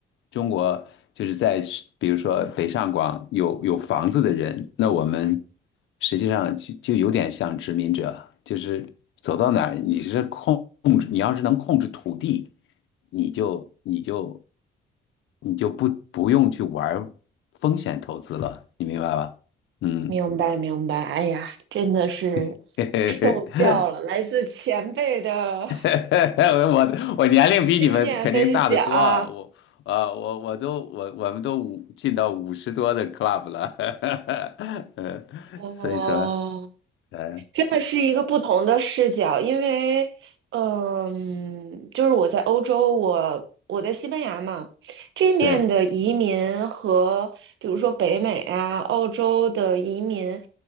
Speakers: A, on the left (about 75°); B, on the right (about 75°).
A: 中国，就是在比如说北上广有有房子的人，那我们实际上就就有点像殖民者，就是走到哪儿，你是控制，你要是能控制土地，你就你就你就不不用去玩风险投资了，你明白吧？嗯，
B: 明白明白。哎呀，真的是受教了，
A: <laughs> 嘿嘿嘿，
B: 来自前辈的
A: <laughs> 我我年龄比你们肯定大得多啊我呃我我都我我们都五进到五十多的
B: 经验分享。
A: club 了，<laughs> 呃，
B: 哦，
A: 所以说嗯
B: 真的是一个不同的视角，因为，嗯，就是我在欧洲，我我在西班牙嘛，这面的移民和比如说北美啊、
A: 对
B: 澳洲的移民，